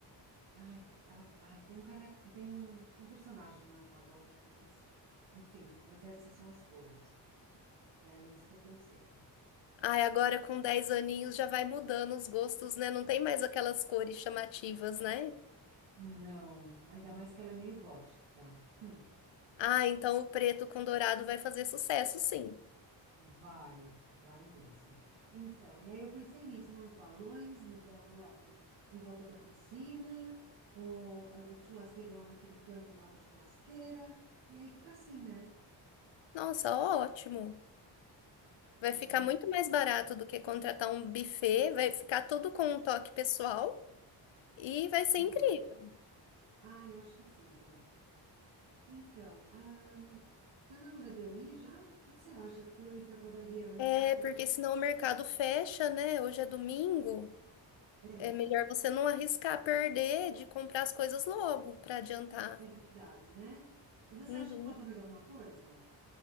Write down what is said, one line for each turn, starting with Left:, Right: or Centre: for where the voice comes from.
Right: Ai, ela, ai, tem um cara, tem um, tem um personagem lá que ela gosta que eu esqueci. Enfim, mas essas são as cores. E aí, esse que eu pensei.
Left: Ai, agora com 10 aninhos já vai mudando os gostos, né? Não tem mais aquelas cores chamativas, né?
Right: Não, ainda mais que ela é meio gótica. Hum,
Left: Ah, então o preto com dourado vai fazer sucesso, sim.
Right: vai, vai mesmo. Então, e aí eu pensei nisso, né? Os balões no- da- lá em volta da piscina, ou o churrasqueiro lá naquele canto lá da churrasqueira. E aí fica assim, né?
Left: Nossa, ótimo. Vai
Right: Não
Left: ficar
Right: é?
Left: muito mais barato do que contratar um buffet, vai ficar tudo com um toque pessoal e vai ser
Right: É.
Left: incrível.
Right: Ah, eu acho que sim também. Então, ahn, tá na hora de eu ir já? O que que você acha para eu ir para a padaria antes
Left: É,
Right: que feche?
Left: porque senão o mercado fecha, né? Hoje é domingo.
Right: É,
Left: É melhor você não arriscar perder de comprar as coisas logo para adiantar.
Right: é verdade, né? E você
Left: Uhum.
Right: acha que falta mais alguma coisa?